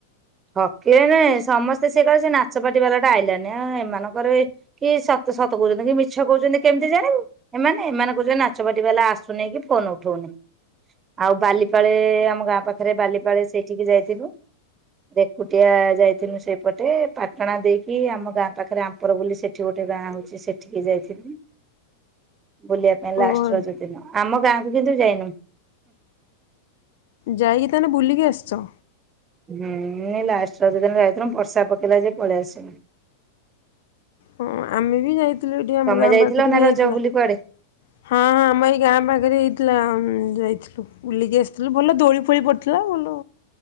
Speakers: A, on the right (about 25°); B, on the left (about 65°).
A: ଠକିବେନି ସମସ୍ତେ ସେଇଟା କୁ ସେ ନାଚପାଟି ବାଲା ଟା ଆଇଲାନି ଏମାନଙ୍କର ଏଇ କିଏ ସତ ସତ କହୁଛନ୍ତି କି ମିଛ କହୁଛନ୍ତି, କେମିତି ଜାଣିବୁ ଏମାନେ। ଏମାନେ କହୁଛନ୍ତି ନାଚ ବାଲି ବାଲା ଆସୁନାଇ କି ଫୋନ ଉଠଉନି। ଆଉ ବାଲିପାଳେ ଆମ ଗାଁ ପାଖରେ ବାଲିପାଳେ ସେଇଠି କି ଯାଇଥିଲୁ। ଏକୁଟିଆ ଯାଇଥିଲୁ ସେପଟେ ପାଟନା ଦେଇକି ଆମ ଗାଁ ପାଖରେ ଆମ ଉପର ବୋଲି ସେଠେ ଗୋଟେ ଗାଁ ଅଛି ସେଠିକି ଯାଇ ଥିଲି। ବୁଲିବା ପାଇଁ ଲାଷ୍ଟ
B: ଓହୋ
A: ର ଯୋଉ ଦିନ ଆମ ଗାଁ କିନ୍ତୁ ଯାଇନୁ।
B: ଯାଇକି ତା ହେଲେ ବୁଲିକି ଆସିଛ।
A: ହୁଁ, ଲାଷ୍ଟ ର ଯୋଉ ଦିନ ଯାଇଥିଲୁ ବର୍ଷା ପକେଇଲା ଯେ ପଲେଇ ଆସିଲୁ।
B: ହଁ ଆମେ ବି ଯାଇଥିଲୁ ଏଠି ଆମ
A: ତମେ
B: ଗାଁ
A: ଯାଇଥିଲ
B: ପାଖରେ
A: ନା
B: ବି ହେଇଥିଲା
A: ରଜ ବୁଲି
B: <inaudible>
A: କୁଆଡେ
B: ହାଁ। ଆମରି ଗାଁ ପାଖରେ ହେଇଥିଲା। ଯାଇଥିଲୁ, ବୁଲିକି ଆସିଥିଲୁ ଭଲ ଦୋଳି ଫୋଳି ପଡ଼ିଥିଲା ଭଲ।